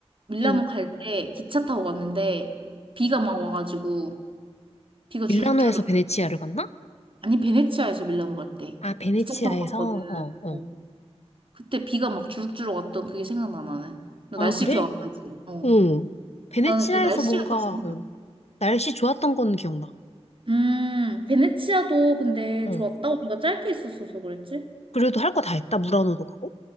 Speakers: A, on the right (about 50°); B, on the left (about 75°).
A: 밀라노
B: 응.
A: 갈 때 기차 타고 갔는데 비가 막 와가지고 비가 주룩주룩
B: 밀라노에서 베네치아를 갔나?
A: 아니 베네치아에서 밀라노 갈 때
B: 아, 베네치아에서?
A: 기차 타고 갔거든.
B: 어, 어.
A: 어. 그때 비가 막 주룩주룩 왔던 그게 생각나 나는. 너
B: 아,
A: 날씨
B: 그래?
A: 기억 안 나지? 어.
B: 응. 베네치아에서
A: 나는 그 날씨가
B: 뭔가,
A: 딱 생각나.
B: 어, 날씨 좋았던 건 기억나.
A: 음, 베네치아도 근데
B: 어.
A: 좋았다. 우리가 짧게 있었어서 그랬지?
B: 그래도 할 거 다 했다. 무라노도 가고.